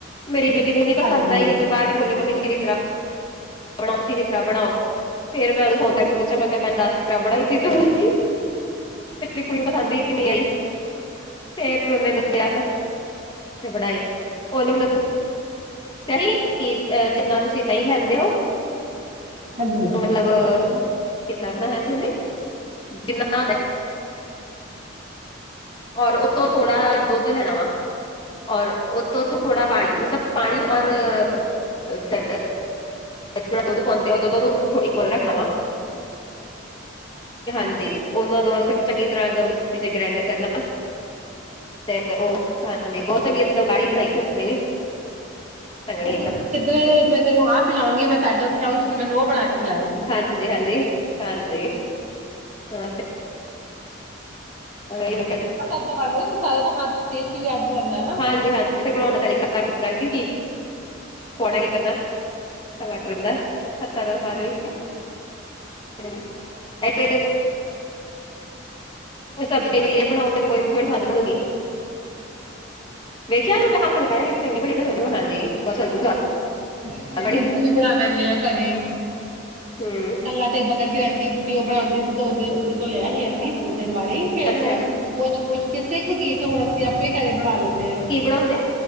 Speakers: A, on the left; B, on the right.
A: ਮੇਰੀ ਬੇਟੀ ਨੂੰ ਨੀ
B: ਹਾਂਜੀ
A: ਪਸੰਦ ਆਈ ਓ ਤੇ ਬਾਰ ਬੋਲੇ ਮੰਮੀ ਤੁਸੀਂ ਵੀ <unintelligible> ਬਣਾਓ, ਤੁਸੀਂ ਵੀ ਇਤਰਾਂ ਬਣਾਓ। ਫੇਰ ਮੈਂ ਓਨੂੰ ਫੋਨ ਕਰ ਪੁੱਛਿਆ ਮੈਂ ਕਿਆ ਭੈੈਂਨ ਦੱਸ <unintelligible> ਬਣਾਈ ਸੀ ਤੂੰ ਲੱਸੀ।
B: <unintelligible>
A: ਮੇਰੀ ਕੁੜੀ ਨੂੰ ਪਸੰਦ ਈ ਨੀ ਆਈ, ਫੇਰ ਓਨੇ ਦੱਸਿਆ। ਤੇ ਬਣਾਈ ਓਨੇ ਮੈਂਨੂੰ <unintelligible> <unintelligible> ਕੀ ਜਿੰਨਾ ਤੁਸੀਂ ਦਹੀਂ ਲੈਂਦੇ ਹੋ
B: ਹਾਂਜੀ
A: ਮਤਲਬ ਕੀ ਤਰ੍ਹਾਂ ਬਣਾਇਆ ਸੀ ਓਨੇ ਜਿੰਨਾ ਔਰ ਉਤੋਂ ਥੋੜਾ ਦੁੱਧ ਲੈਣਾ ਵਾ ਔਰ ਓ ਤੋਂ ਥੋੜਾ ਪਾਣੀ ਮਤਲਬ ਪਾਣੀ ਔਰ <unintelligible> ਵਿਚ ਜੇੜਾ ਦੁੱਧ ਪੋਂਦੇ ਆ ਦੋਨਾਂ ਨੂੰ ਇਕੁਅਲ ਰੱਖਣਾ ਵਾ ਹਾਂਜੀ। ਓਨਾਂ ਦੋਆ ਨੂੰ ਫੇਰ ਚੰਗੀ ਤਰ੍ਹਾਂ ਮਿਕਸੀ ਚ ਗ੍ਰੈਂਡ ਕਰਨਾ ਤੇ ਤੇ ਓ ਹਾਂਜੀ ਬੋ ਚੰਗੀ <unintelligible> ਬਣਾਈ ਉਹਨੇ ਵੀ ਸੰਘਣੀ
B: ਹਂ <unintelligible>
A: ਇੱਕਦਮ
B: ਮੈਂ ਤੈਨੂੰ ਆ ਪਿਲਾਉਂਗੀ, ਮੈਂ ਤੁਹਾਡੇ ਉੱਥੇ ਆਉ ਤੁਸੀਂ ਮੈਨੂੰ ਓ ਬਣਾ ਕੇ ਪਿਲਾਇਓ।
A: ਹਾਂਜੀ-ਹਾਂਜੀ। ਹਾਂਜੀ <unintelligible> ਉਹੀ ਮੈਂ ਕਿਆ ਜੀ।
B: <inaudible> ਹਾਂ ਤਾਂ ਕੇਸ ਦੇ ਬਾਰੇ <unintelligible> ਹੱਥ ਦਾ ਟੇਸਟ ਵੀ ਅੱਡ ਰੈਂਦਾ ਨਾ।
A: ਹਾਂਜੀ-ਹਾਂਜੀ, ਫਿਰ ਬਣਾਣ ਦਾ ਤਰੀਕਾ ਕਿਸ ਤਰ੍ਹਾਂ ਕੀ ਪੌੜਾ ਕਿਟ ਦਾ, ਟਮਾਟਰ ਦਾ ਹੱਤਾ ਦਾ ਸਵਾਦ ਵੀ। <unintelligible> ਸਬਜ਼ੀ ਕਈ ਵਾਰੀ ਏ ਬਣਾਓਗੇ ਤਾਂ ਬ ਬੜੀ ਸਵਾਦ ਬਣੂਗੀ। ਵੇਖਿਆ ਮੈਂ ਹੱਥ ਲਗਾਇਆ ਸੀ ਚੰਗੀ <inaudible> ਹਾਂਜੀ। <unintelligible>
B: ਹਾਂਜੀ ਅਸੀਂ ਦਈ ਵਾਲੀ
A: ਬੜੀ।
B: ਮਿਰਚੀ ਵੀ ਬਣਾ ਲੈਂਨੇ ਆਂ ਘਰੇ।
A: ਹੂੰ
B: ਪੈਲਾਂ ਤੇ ਬਗਲ 'ਚ ਰੈਂਦੀ ਬੁੱਡੀ, ਓ ਬਣਾਂਦੀ ਸੀ ਤੇ ਓਦੇ ਓਦੇ ਤੋਂ ਲਿਆ <unintelligible> ਨਈ ਦੋ ਤਿੰਨ ਵਾਰੀ, ਫੇਰ
A: ਅੱਛਾ
B: ਮੈਂ ਪੁੱਛ-ਪੁੱਛ ਕੇ ਸਿੱਖਗੀ, ਹੁਣ ਅਸੀਂ ਆਪੇ ਈ ਘਰੇ ਬਣਾ ਲੈਂਨੇ ਆ।
A: ਕੀ ਬਣਾਉਂਦੇ